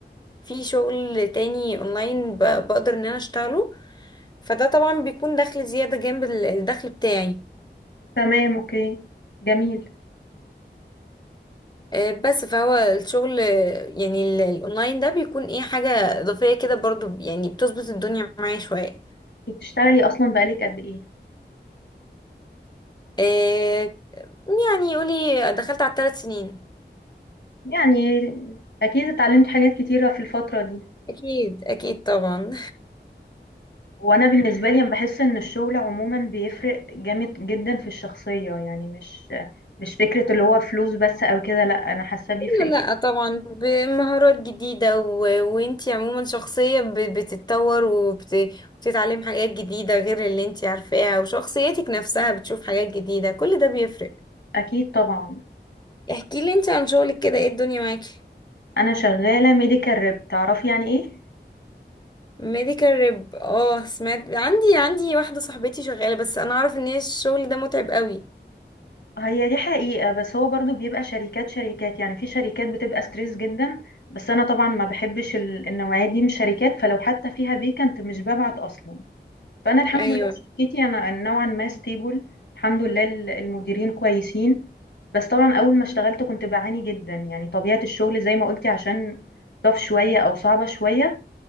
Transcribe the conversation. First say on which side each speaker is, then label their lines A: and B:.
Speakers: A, on the left; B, on the left.
A: في شغل تاني اونلاين ب- بقدر ان انا اشتغله فده طبعا بيكون دخل زيادة جنب ال- الدخل بتاعي
B: تمام اوكي جميل
A: آه، بس فهو الشغل آه، يعني ال- الاونلاين ده بيكون ايه حاجة اضافية كده برضو يعني بتظبط الدنيا معايا شوية
B: بتشتغلي اصلا بقالك قد ايه
A: آه، يعني قولي دخلت على الثلاث سنين
B: يعني اكيد اتعلمتي حاجات كتيره في الفتره دي
A: اكيد اكيد طبعا
B: وانا بالنسبه لي بحس ان الشغل عموما بيفرق جامد جدا في الشخصيه يعني مش مش فكره اللي هو فلوس بس او كده لا انا حاسه بيفرق
A: لا
B: جدا
A: لا طبعا بمهارات جديدة و... وانتي عموما شخصية ب... بتتطور وبت... وبتتعلم حاجات جديدة غير اللي انتي عارفاها وشخصيتك نفسها بتشوف حاجات جديدة كل ده بيفرق
B: اكيد طبعا
A: احكي لي انتي عن شغلك كده ايه الدنيا معاكي
B: انا شغاله ميديكال ريب تعرفي يعني ايه
A: ميديكال ريب اه سمعت عندي عندي واحدة صاحبتي شغالة بس انا اعرف ان هي الشغل ده متعب قوي
B: هي دي حقيقه بس هو برضو بيبقى شركات شركات يعني في شركات بتبقى ستريس جدا بس انا طبعا ما بحبش ال- النوعيه دي من الشركات فلو حتى فيها فيكنت مش ببعت اصلا فانا الحمد
A: ايوه
B: لله شركتي انا نوعا ما ستيبل الحمد لله ال- المديرين كويسين بس طبعا اول ما اشتغلت كنت بعاني جدا يعني طبيعة الشغل زي ما قلتي عشان طف شوية او صعبة شوية